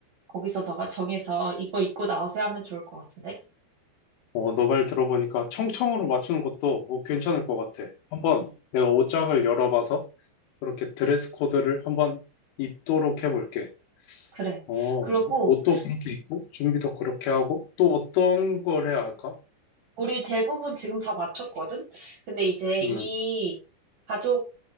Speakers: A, on the right; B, on the left.
A: 거기서 너가 정해서 이거 입고 나오세요 하면 좋을 것 같은데?
B: 어, 너 말 들어보니까 청청으로 맞추는 것도 어, 괜찮을
A: 응,
B: 것 같아. 한번
A: 응,
B: 내가 옷장을 열어봐서 그렇게 드레스 코드를 한번 입도록 해볼게.
A: 그래.
B: 어,
A: 그리고
B: 옷도 그렇게 입고, 준비도 그렇게 하고, 또 어떤 걸 해야 할까?
A: 우리 대부분 지금 다 맞췄거든? 근데 이제 이
B: 음,
A: 가족